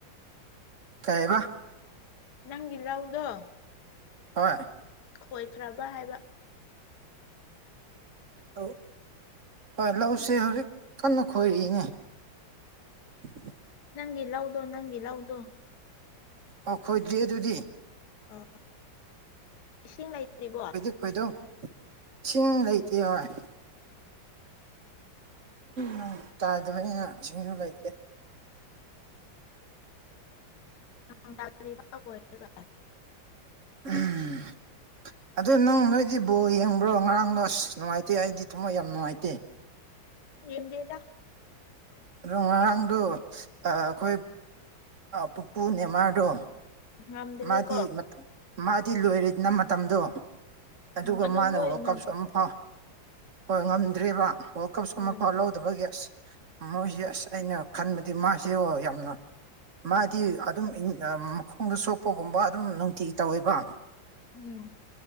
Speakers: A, on the right (about 40°); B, on the left (about 60°).
A: ꯀꯩꯑꯥꯕꯥ
B: ꯅꯪꯒꯤ ꯂꯧꯗꯣ
A: ꯍꯣꯏ
B: ꯈꯣꯏꯈ꯭ꯔꯕꯥ ꯍꯥꯏꯕꯥ
A: ꯑꯧ ꯍꯣꯏ ꯂꯧꯁꯦ ꯍꯧꯖꯤꯛ ꯀꯟꯅꯥ ꯈꯣꯏꯔꯤꯅꯦ <unintelligible>
B: ꯅꯪꯒꯤ ꯂꯥꯎꯗꯣ ꯅꯪꯒꯤ ꯂꯥꯎꯗꯣ
A: ꯑꯣꯈꯣꯏꯗꯤ ꯑꯗꯨꯗꯤ
B: ꯑꯥ ꯏꯁꯤꯡ ꯂꯩꯇ꯭ꯔꯤꯕꯣ
A: ꯍꯣꯏꯗꯧ ꯏꯁꯤꯡ ꯂꯩꯇꯦ ꯍꯣꯏ ꯅꯣꯡ ꯇꯥꯗꯕꯅꯤꯅ ꯏꯁꯤꯡꯁꯨ ꯂꯩꯇꯦ
B: ꯅꯣꯡ ꯇꯥꯗ꯭ꯔꯤꯕ ꯑꯣꯏꯔꯒ
A: ꯎꯝ ꯑꯗꯨ ꯅꯪ ꯅꯣꯏꯗꯤ ꯕꯣꯜ ꯌꯦꯡꯕ꯭ꯔꯣ ꯉꯔꯥꯡꯗꯣ ꯑꯁ ꯅꯨꯡꯉꯥꯏꯇꯦ ꯑꯩꯗꯤ ꯊꯝꯃꯣꯏ ꯌꯥꯝ ꯅꯨꯡꯉꯥꯏꯇꯦ <inaudible>
B: ꯂꯦꯝꯗꯦꯗ
A: ꯑꯗꯣ ꯉꯔꯥꯡꯗꯣ ꯑꯩꯈꯣꯏ ꯄꯨꯄꯨ ꯅꯦꯃꯥꯔꯗꯣ
B: ꯉꯝꯗ꯭ꯔꯦꯀꯣ
A: ꯃꯥꯗꯤ ꯃꯥꯗꯤ ꯂꯣꯏꯔꯦꯗꯅ ꯃꯇꯝꯗꯣ ꯑꯗꯨꯒ
B: ꯎꯝ ꯑꯗꯣ
A: ꯃꯥꯅ
B: ꯃꯣꯏ
A: ꯋꯥꯔꯜꯗ
B: ꯉꯝ
A: ꯀꯞꯁꯨ ꯑꯃ ꯐꯥꯎ ꯍꯣꯏ ꯉꯝꯗ꯭ꯔꯤꯕ ꯋꯥꯔꯜꯗ ꯀꯞꯁꯨ ꯑꯃꯐꯥꯎ
B: ꯎꯝ
A: ꯂꯧꯗꯕꯒꯤ ꯑꯁ ꯃꯣꯏꯁꯦ ꯑꯁ ꯑꯩꯅ ꯈꯟꯕꯗꯤ ꯃꯥꯁꯦ ꯌꯥꯝꯅ ꯃꯥꯗꯤ ꯑꯗꯨꯝ ꯃꯈꯣꯡꯗ ꯁꯣꯛꯄꯒꯨꯝꯕ ꯑꯗꯨꯝ ꯅꯨꯡꯇꯤꯒꯤ ꯇꯧꯋꯦꯕ
B: ꯎꯝ